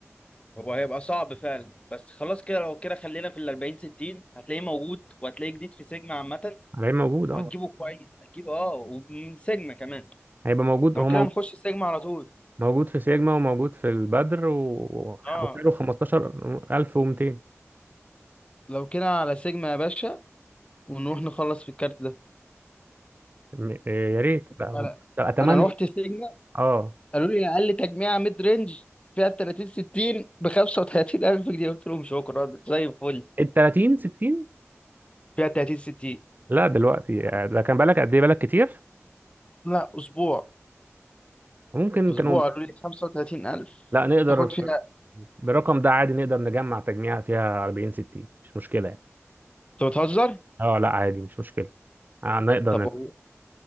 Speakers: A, on the left (about 25°); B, on the right (about 40°).
A: هو هيبقى صعب فعلا بس خلاص كده لو كده خلينا في ال 40 60 هتلاقيه موجود وهتلاقيه جديد في سيجما عامة
B: هيبقى موجود
A: وهتجيبه
B: اه
A: كويس هتجيبه اه ومن سيجما كمان
B: هيبقى موجود
A: لو
B: هو
A: كده
B: مو-
A: نخش سيجما على طول
B: موجود في سيجما وموجود في البدر و-
A: اه
B: وسعره 15200
A: لو كده على سيجما يا باشا ونروح نخلص في الكارت ده
B: م- يا ريت بقى هو-
A: انا
B: اتمنى
A: انا رحت سيجما
B: اه
A: قالوا لي اقل تجميعة ميد رينج فيها 30 60 ب 35000 جنيه قلت لهم شكرا زي الفل
B: ال 30 60
A: فيها 30 60
B: لا دلوقتي آه، ده كان بالك قد ايه بالك كتير
A: لا اسبوع
B: ممكن
A: اسبوع
B: كانوا
A: قالوا لي 35000
B: لا نقدر
A: تاخد
B: ف-
A: فيها
B: بالرقم ده عادي نقدر نجمع تجميعة فيها 40 60 مش مشكلة يعني
A: انت بتهزر
B: اه لا عادي مش مشكلة آه نقدر
A: طب
B: نجمع.
A: وال-